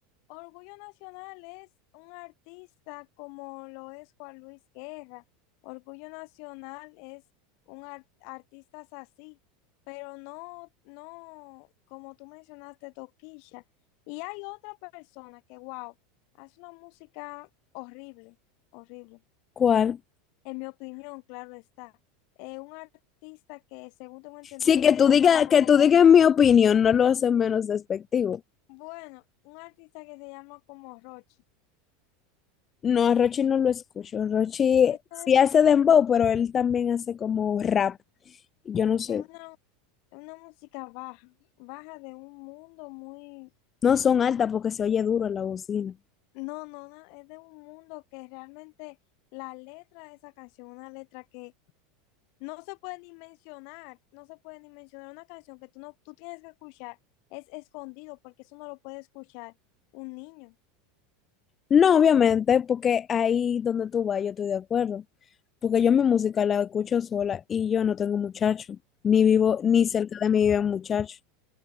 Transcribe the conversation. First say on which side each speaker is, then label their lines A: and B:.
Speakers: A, on the left (about 55°); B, on the left (about 25°).
A: Orgullo nacional es un artista como lo es Juan Luis Guerra. Orgullo nacional es un ar- artistas así, pero no, no, como tú mencionaste, toquilla. Y hay otra persona que, wow, hace una música horrible, horrible.
B: ¿Cuál?
A: En mi opinión, claro está. Eh, un artista que, según tengo entendido,
B: Sí, que
A: se
B: tú
A: llama
B: digas,
A: algo
B: que
A: como,
B: tú digas mi opinión, no lo hace menos despectivo.
A: bueno, un artista que se llama como Rochi.
B: No, a Rochi no lo escucho. Rochi
A: Esto
B: sí
A: es,
B: hace dembow, pero él también hace como rap. Yo no sé.
A: es una, una música baja, baja de un mundo muy,
B: No son altas porque se oye duro en la bocina.
A: no, no, no, es de un mundo que realmente la letra de esa canción, una letra que no se puede ni mencionar, no se puede ni mencionar una canción que tú no, tú tienes que escuchar, es escondido porque eso no lo puede escuchar un niño.
B: No, obviamente, porque ahí donde tú vas, yo estoy de acuerdo. Porque yo mi música la escucho sola y yo no tengo muchacho. Ni vivo, ni cerca de mí vive un muchacho.